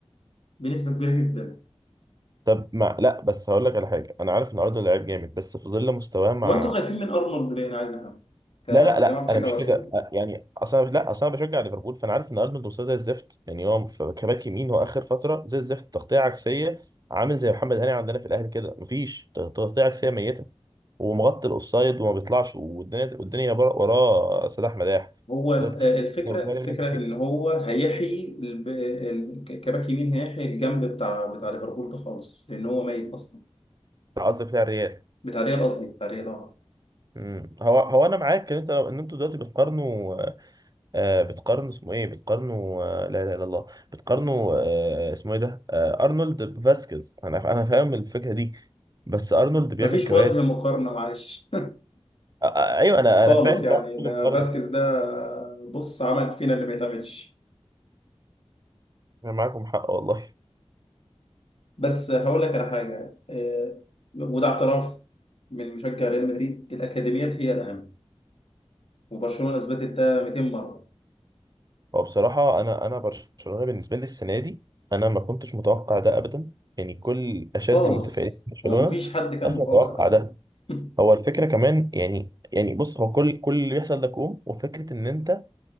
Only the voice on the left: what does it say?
بنسبه كبيره جدا
هو انتوا خايفين من ارنولد ليه انا عايز افهم كجماعه
بتشجع
برشلونه
هو
ال-
الفكره
الفكره
ان هو هيحيي الب- ال- ك- كباك يمين هيحيي الجنب بتاع بتاع ليفربول ده خالص لان هو ميت اصلا
بتاع ريال قصدي بتاع ريال اه
مفيش
وجه مقارنة معلش
<laughs>
خالص
يعني
ده
فاسكيز ده بص عمل فينا اللي ما يتعملش
بس هقول لك على حاجة آه، وده اعتراف من مشجع ريال مدريد الأكاديميات هي الأهم وبرشلونة أثبتت ده 200 مرة
خالص
هو مفيش حد كان
متوقع
أصلا
<laughs>